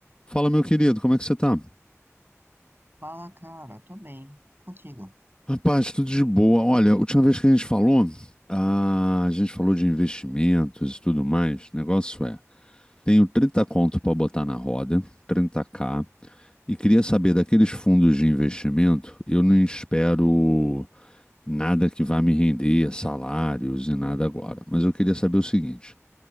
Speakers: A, on the left; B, on the right.
A: Fala, meu querido, como é que você tá?
B: Fala, cara, tô bem. Contigo.
A: Rapaz, tudo de boa. Olha, a última vez que a gente falou, ah, a gente falou de investimentos e tudo mais. O negócio é, tenho trinta conto para botar na roda, 30 k e queria saber daqueles fundos de investimento, eu não espero nada que vá me render salários e nada agora. Mas eu queria saber o seguinte,